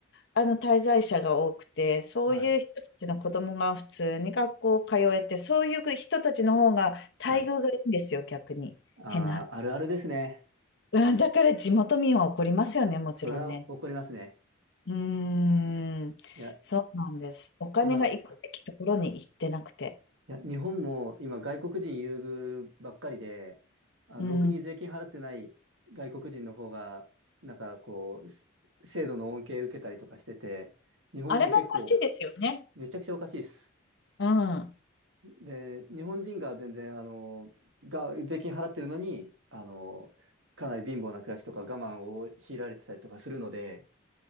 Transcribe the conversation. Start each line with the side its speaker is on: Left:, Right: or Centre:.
Left: あの滞在者が多くて、そういう人たちの子供が普通に学校通えて、
Right: はい。
Left: そういう人たちの方が待遇がいいんですよ、
Right: はい。
Left: 逆に。
Right: ああ、
Left: 変な。
Right: あるあるですね。
Left: うん、だから地元民は怒りますよね、もちろんね。
Right: それは怒りますね。
Left: うーん、
Right: いや、
Left: そうなんです。お金が行くべきところに行ってなくて。
Right: 今、いや、日本も今外国人優遇ばっかりで、あの、
Left: うん、
Right: ろくに税金払ってない外国人の方が、なんかこう、す制度の恩恵受けたりとかしてて、日本人結構
Left: あれもおかしいですよね。
Right: めちゃくちゃおかしいです。
Left: うん。
Right: で、日本人が全然、あの、が、税金払ってるのに、あの、かなり貧乏な暮らしとか我慢を強いられてたりとかするので、